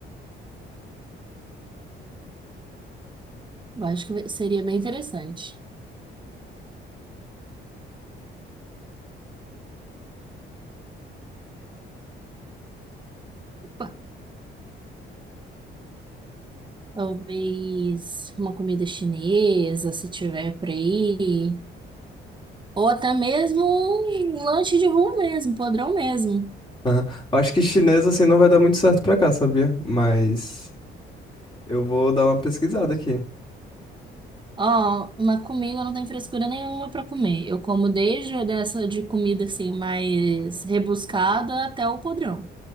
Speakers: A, on the right; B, on the left.
A: Eu acho que seria bem interessante. Opa, Talvez uma comida chinesa, se tiver por aí. Ou até mesmo um lanche de rua mesmo, podrão mesmo.
B: Aham. Acho que chinês, assim, não vai dar muito certo pra cá, sabia? Mas eu vou dar uma pesquisada aqui.
A: Ó, uma comida eu não tem frescura nenhuma pra comer. Eu como desde dessa de comida assim mais rebuscada até o podrão.